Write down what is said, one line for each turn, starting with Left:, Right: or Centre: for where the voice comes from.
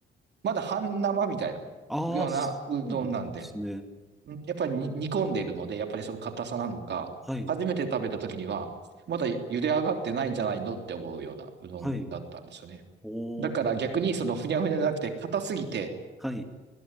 Right: まだ半生みたいな、
Centre: ああ、
Right: ようなうどんなんで。
Centre: そうなんですね。
Right: うんやっぱりに煮込んでいるので、やっぱりその硬さなのか、
Centre: はい。
Right: 初めて食べた時には、まだ茹で上がってないんじゃないのって思うようなうどんだったんですよね。
Centre: はい。おー。
Right: だから逆にそのふにゃふにゃじゃなくて、硬すぎて、
Centre: はい。